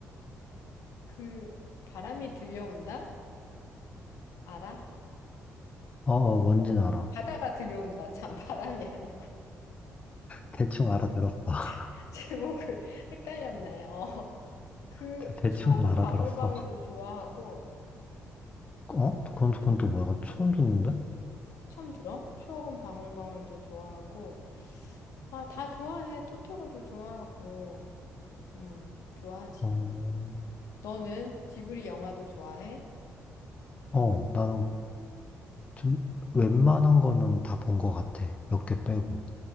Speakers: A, on the left; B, on the left.
A: 그 바람이 들려온다? 알아?
B: 어, 어, 뭔진 알아.
A: 바다가 들려온다. 참 바람이 아니고
B: 대충 알아들었어. <laughs>
A: <laughs> 제목을 헷갈렸네. 어. 그
B: 대- 대충은
A: 추억은
B: 알아들었어.
A: 방울방울도 좋아하고
B: 어? 그건, 그건 또 뭐야? 약간 처음 듣는데?
A: 처음 들어? 추억은 방울방울도 좋아하고 아, 다 좋아해. 토토로도 좋아하고. 음, 좋아하지.
B: 어,
A: 너는 지브리 영화도 좋아해?
B: 어, 나는 좀 웬만한 거는 다 본 것 같아. 몇 개 빼고.